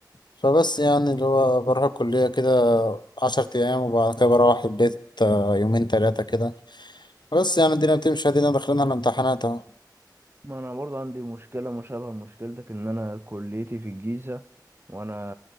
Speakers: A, on the left; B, on the right.
A: فبس يعني اللي هو بروح الكليه كده عشرة ايام وبعد كده بروح البيت آه، يومين تلاتة كده بس يعني الدنيا بتمشي ادينا داخلين على الامتحانات اهو
B: ما انا برضه عندي مشكله مشابهه لمشكلتك ان انا كليتي في الجيزه وانا